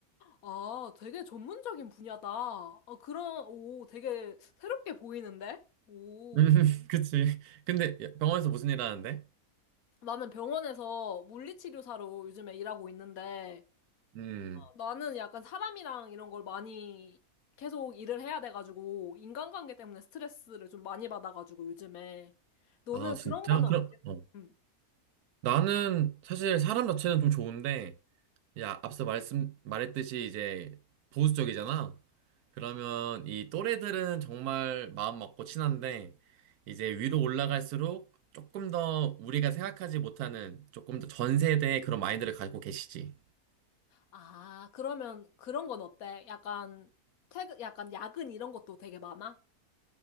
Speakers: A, on the left; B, on the right.
A: 아, 되게 전문적인 분야다. 아, 그런, 오, 되게 새롭게 보이는데? 오.
B: <laughs> 음, 그치. 근데 병원에서 무슨 일 하는데?
A: 나는 병원에서 물리치료사로 요즘에 일하고 있는데,
B: 음.
A: 나는 약간 사람이랑 이런 걸 많이 계속 일을 해야 돼가지고, 인간관계 때문에 스트레스를 좀 많이 받아가지고, 요즘에. 너는
B: 아, 진짜?
A: 그런 건 없겠,
B: 그럼, 어.
A: 음.
B: 나는 사실 사람 자체는 좀 좋은데, 야, 앞서 말씀, 말했듯이 이제 보수적이잖아? 그러면 이 또래들은 정말 마음 맞고 친한데, 이제 위로 올라갈수록 조금 더 우리가 생각하지 못하는 조금 더 전 세대의 그런 마인드를 가지고 계시지.
A: 아, 그러면 그런 건 어때? 약간, 퇴근, 약간 야근 이런 것도 되게 많아?